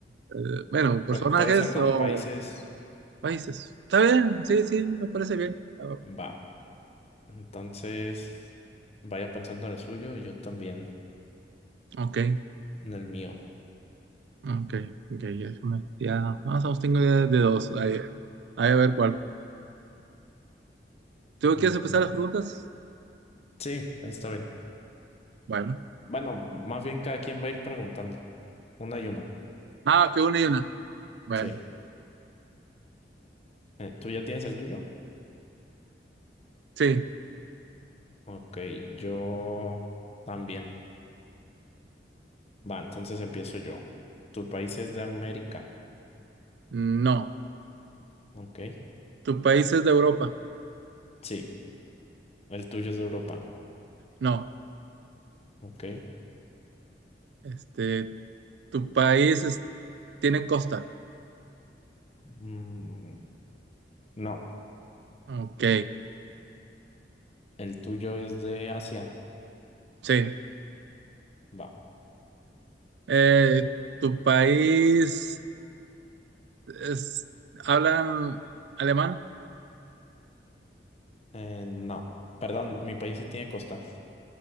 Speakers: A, on the right; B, on the left.
A: Eh, bueno, ¿personajes
B: pu- puede ser con
A: o
B: países,
A: países? Está bien, sí, sí, me parece bien. Ah,
B: va. Entonces, vaya pensando en el suyo y yo también
A: Ok,
B: en el mío.
A: ok, ok, ya, déjame- ya, más o menos tengo idea de dos. Ahí, ahí a ver cuál. ¿Tú
B: Mm,
A: quieres empezar las preguntas?
B: sí, está bien.
A: Bueno.
B: Bueno, más bien cada quien va a ir preguntando. Una y una.
A: Ah, que una y una. Bueno,
B: Sí. Eh, ¿tú ya tienes el tuyo?
A: sí,
B: Ok, yo también. Va, entonces empiezo yo. ¿Tu país es de América?
A: no.
B: Ok.
A: ¿Tu país es de Europa?
B: Sí. ¿El tuyo es de Europa?
A: No.
B: Ok.
A: Este, ¿tu país es- tiene costa?
B: Mm, no.
A: Ok,
B: ¿El tuyo es de Asia?
A: sí.
B: Va.
A: Eh, ¿tu país es, hablan alemán?
B: Eh, no. Perdón, mi país sí tiene costas.